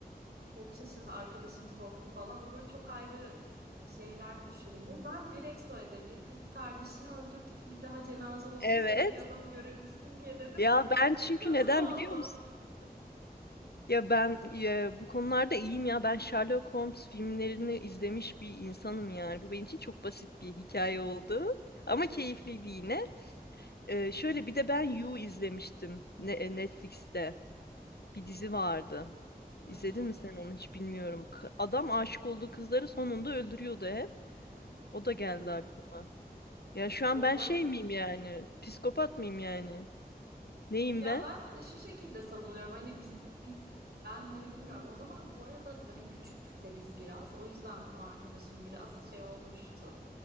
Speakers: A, on the right (about 80°); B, on the left (about 80°).
A: çok şaşırdı arkadaşım korktu falan o böyle çok ayrı şeyler düşündü. Ben direkt söyledim bir kız kardeşini öldürdü ki bir daha cenaze olsun
B: Evet.
A: sevdiği adamı görebilsin diye dedim.
B: Ya ben
A: <laughs>
B: çünkü
A: Kanı
B: neden
A: dondu.
B: biliyor musun? Ya ben e, bu konularda iyiyim ya. Ben Sherlock Holmes filmlerini izlemiş bir insanım yani. Bu benim için çok basit bir hikaye oldu. Ama keyifliydi yine. E, şöyle bir de ben You izlemiştim Ne- e, Netflix'te. Bir dizi vardı.
A: Hı
B: İzledin
A: hı.
B: mi sen onu hiç bilmiyorum. K- Adam aşık olduğu kızları sonunda öldürüyordu hep. O da geldi
A: Evet.
B: aklıma. Ya şu
A: O
B: an ben
A: zaten
B: şey miyim yani? Psikopat mıyım yani? Neyim
A: Ya
B: ben?
A: ben de şu şekilde savunuyorum hani biz biz ben hani bilmiyorum o zaman bu arada hani küçüktük de biz biraz o yüzden o arkadaşım biraz şey olmuştu.